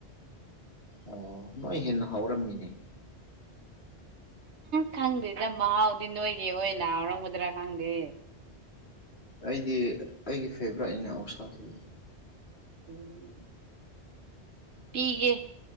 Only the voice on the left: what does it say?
ꯑꯣ ꯅꯣꯏ ꯍꯦꯟꯅ ꯍꯧꯔꯝꯃꯤꯅꯦ
ꯑꯩꯗꯤ ꯑꯩꯒꯤ ꯐꯦꯕꯣꯔꯥꯏꯠꯅꯦ ꯑꯣꯛꯁꯥꯁꯤ